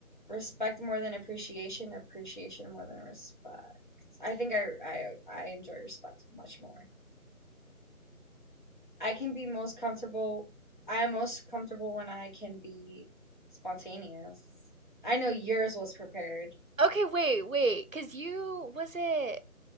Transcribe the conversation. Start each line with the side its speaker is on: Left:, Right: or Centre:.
Left: respect more than appreciation, appreciation more than respect. I think I I I enjoy respect much more. I can be most comfortable I am most comfortable when I can be spontaneous. I know yours was prepared.
Right: Okay, wait, wait, because you was it